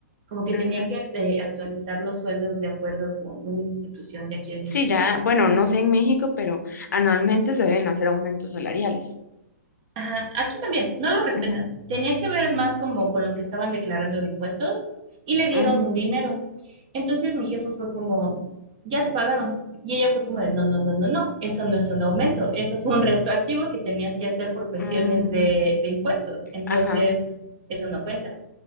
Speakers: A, on the right; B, on the left.
A: como que
B: Ujú,
A: tenían
B: ujú.
A: que act- eh, actualizar los sueldos de acuerdo con una institución de aquí de
B: Sí,
A: México
B: ya, bueno, no sé en México, pero anualmente se deben hacer aumentos salariales.
A: Ajá, aquí también, no lo respetan.
B: Ujú,
A: Tenía que ver más como con lo que estaban declarando de impuestos y le dieron
B: ujú.
A: un dinero. Entonces mi jefe fue como, ya te pagaron. Y ella fue como de, no, no, no, no, no, eso no es un aumento, eso fue un retroactivo que tenías que hacer por cuestiones
B: Mm,
A: de, de impuestos. Entonces,
B: ajá.
A: eso no cuenta.